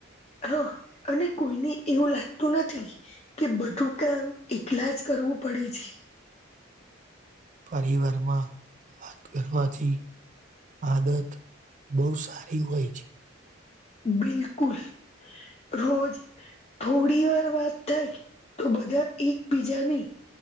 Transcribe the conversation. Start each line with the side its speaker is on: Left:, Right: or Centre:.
Left: હા અને કોઈને એવું લાગતું નથી, કે બધું કામ એકલા જ કરવું પડે છે
Right: પરિવારમાં વાત કરવાથી આદત બહુ સારી હોય છે
Left: બિલકુલ રોજ થોડી વાર વાત થાય તો બધા એકબીજાને